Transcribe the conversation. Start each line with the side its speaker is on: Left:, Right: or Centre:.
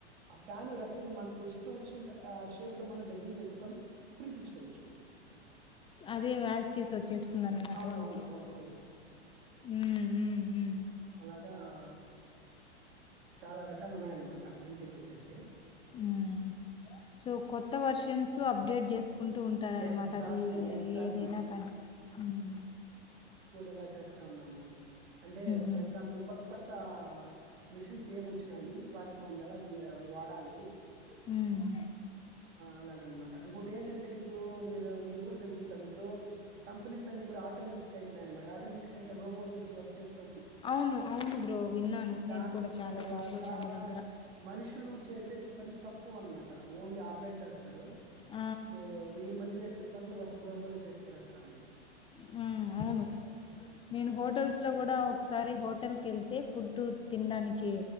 Right: ఆ ఫ్యాన్ రెక్కల మనకు ఇష్ ష్టం వచ్చింట ఆ షేప్ లో మనం డిజైన్ చేసుకొని ప్రింట్ ఇచ్చుకోవచ్చు
Left: అదే వ్యాస్టీస్ వచ్చేస్తుంది అన్నమాట
Right: అవునవును
Left: మనకి
Right: అవును అవును
Left: హ్మ్. హ్మ్. హ్మ్.
Right: అగా ఆ చాలా రకాలు ఉన్నాయన్నమాట ప్రింటింగ్ వచ్చేసి
Left: ఉమ్ సో కొత్త వర్షన్స్ అప్డేట్ చేసుకుంటూ ఉంటారన్నమాట
Right: ఎగ్జాక్ట్లీ
Left: అది
Right: ఎగ్జాక్ట్లీ
Left: ఏదైనా కానీ ఉమ్
Right: ఇలా చేస్తా ఉన్నాము అంటే
Left: హ్మ్.
Right: కొత్త కొత్త మిషిన్స్ ఏమి వచ్చినాయి వాటిని మన ఎలా వాడాలి
Left: మ్మ్
Right: అలాగ అనమాట ఇంకోటి ఏంట టే ఇప్పుడు మీరు మీకు కూడా తెలిసి ఉంటది ఇప్పుడు కంపెనీస్ అన్ని కూడా ఆటోమేటిక్ అయిపోయినమాట ఆటోమేటిక్ అంటే రోబోట్స్ వచ్చి వర్క్ చేస్తా
Left: అవును అవును బ్రో విన్నాను
Right: దాని
Left: నేను కూడా చాలా
Right: తర్వాత
Left: సార్లు చాలా దగ్గర
Right: మనుషులు చేసే పని తక్కువ అనమాట ఓన్లీ ఆపరేట్ చేస్తారు
Left: ఆ
Right: ఇప్పుడు వెయ్యి మంది చేస్ సే పనులు ఒక బ్రోపో చేసి పడేస్తాంది
Left: మ్మ్ అవును నేను హోటల్స్ లో కూడా ఒ సారి హోటల్ కెళ్తే ఫుడ్ తినడానికి